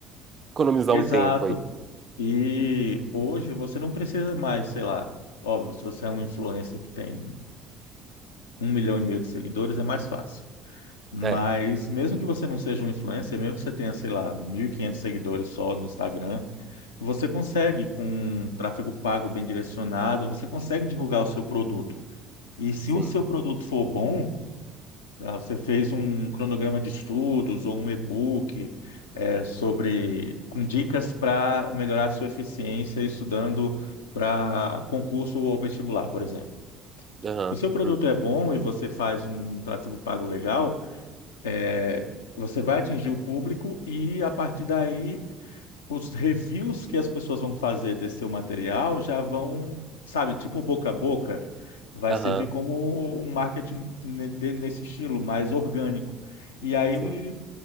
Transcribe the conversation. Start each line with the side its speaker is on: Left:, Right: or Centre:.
Right: economizar
Left: Exato.
Right: um tempo aí.
Left: E hoje você não precisa mais, sei lá, óbvio, se você é um influencer que tem um milhão e meio de seguidores, é mais fácil. Mas
Right: É,
Left: mesmo que você não seja um influencer, mesmo que você tenha, sei lá, 1.500 seguidores só no Instagram, você consegue, com um tráfego pago bem direcionado, você consegue divulgar o seu produto. E se
Right: sim.
Left: o seu produto for bom, ah, Você fez um cronograma de estudos ou um e-book eh, sobre com dicas para melhorar a sua eficiência estudando para concurso ou vestibular, por exemplo.
Right: Aham.
Left: Se o seu produto
Right: hum,
Left: é bom e você faz um um tráfego pago legal, eh, você vai atingir o público e a partir daí os reviews que as pessoas vão fazer desse seu material já vão, sabe, tipo boca a boca, vai
Right: Aham.
Left: servir como um marketing ne- de- nesse estilo, mais orgânico. E aí,
Right: Sim.